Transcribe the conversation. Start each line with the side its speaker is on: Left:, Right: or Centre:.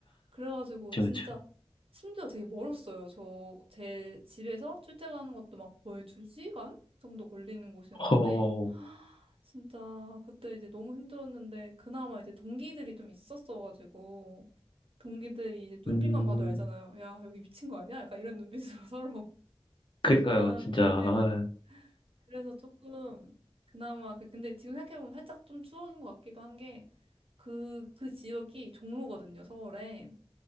Right: 그래가지고
Left: 그쵸,
Right: 진짜
Left: 그쵸.
Right: 심지어 되게 멀었어요. 저 제 집에서 출퇴근하는 것도 막 거의 두 시간 정도 걸리는 곳이었는데
Left: 허,
Right: <sighs> 진짜 그때 이제 너무 힘들었는데 그나마 이제 동기들이 좀 있었어가지고 동기들이 이제 눈빛만
Left: 음,
Right: 봐도 알잖아요. 야 여기 미친 거 아니야? 약간 이런 눈빛으로 <laughs> 서로
Left: 그니까요,
Right: 교환한.
Left: 진짜.
Right: 네.
Left: 아
Right: 그래서 조금 그나마 그 근데 지금 생각해보면 살짝 좀 추억인 것 같기도 한 게 그 그 지역이 종로거든요. 서울에